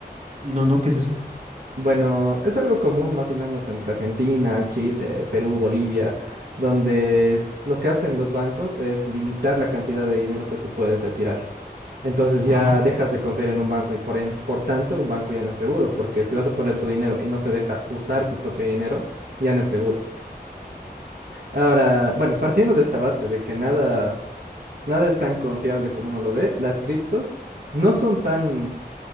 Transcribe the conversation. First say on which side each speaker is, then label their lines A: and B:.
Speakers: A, on the right; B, on the right.
A: No, no, ¿qué es eso?
B: Bueno, es algo común más o menos entre Argentina, Chile, Perú, Bolivia, donde es- lo que hacen los bancos es limitar la cantidad de dinero que tú puedes retirar. Entonces ya
A: Ah,
B: dejas de confiar en un banco y por, en- por tanto un banco ya no es seguro, porque si vas a poner tu dinero y no te deja usar tu propio dinero, ya no es seguro. Ahora, bueno, partiendo de esta base de que nada, nada es tan confiable como uno lo ve, las criptos no son tan